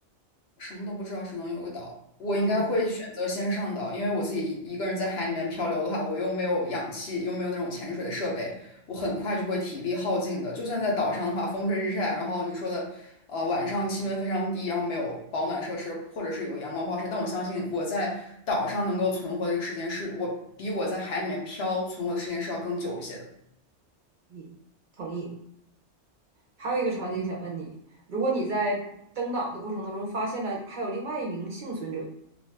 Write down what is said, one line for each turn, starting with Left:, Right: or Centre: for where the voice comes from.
Left: 什么都不知道，只能有个岛。我应该会选择先上岛，
Right: 嗯，
Left: 因为我自己一个人在海里面漂流的话，我又没有氧气，又没有那种潜水的设备，我很快就会体力耗尽的。就算在岛上的话，风吹日晒，然后你说的，呃，晚上气温非常低，然后没有保暖设施，或者是有阳光暴晒，但我相信我在岛上能够存活的这个时间是，我比我在海里面漂存活的时间是要更久一些的。
Right: 你同意。还有一个场景想问你，
Left: 嗯，
Right: 如果你在登岛的过程当中发现了还有另外一名幸存者，